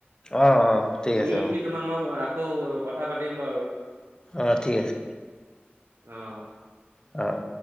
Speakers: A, on the left; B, on the right.
A: অ', অ', ঠিক
B: শুই
A: আছে
B: উঠি
A: বাৰু
B: তোমাক মই আকৌ কথা পাতিম বাৰু।
A: অঁ ঠিক আছে।
B: অহ
A: অ',